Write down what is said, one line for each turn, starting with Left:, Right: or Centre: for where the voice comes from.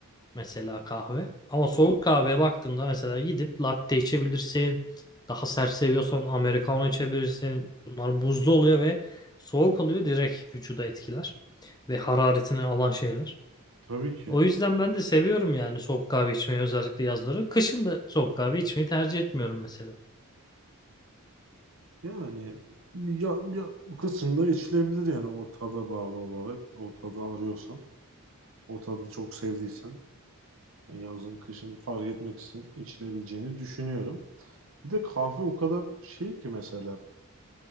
Left: mesela kahve. Ama soğuk kahveye baktığında mesela gidip latte içebilirsin. Daha sert seviyorsan americano içebilirsin. Bunlar buzlu oluyor ve soğuk oluyor direkt vücuda etkiler ve hararetini alan şeyler.
Right: Tabii ki.
Left: O yüzden ben de seviyorum yani soğuk kahve içmeyi özellikle yazları. Kışın da soğuk kahve içmeyi tercih etmiyorum mesela.
Right: Yani ya, ya bu kısımda içilebilir yani o tada bağlı olarak. O tadı arıyorsan, o tadı çok sevdiysen yani yazın kışın fark etmeksizin içilebileceğini düşünüyorum. Bir de kahve o kadar şey ki mesela.